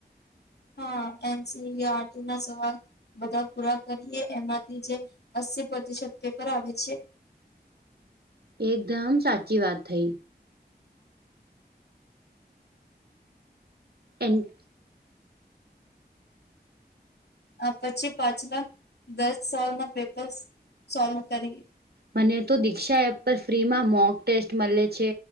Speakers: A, on the left; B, on the right.
A: હા એનસી આરટી ના સવાલ બધા પૂરા કરીએ એમાંથી જે અસ્સી પ્રતિશત પેપર આવે છે.
B: એકદમ સાચી વાત થઈ. એન્ડ
A: પછી પાછલા દસ સાલ ના પેપર સોલ્વ કરીએ.
B: મને તો દીક્ષા એપ પર ફ્રીમાં મોક ટેસ્ટ મળે છે.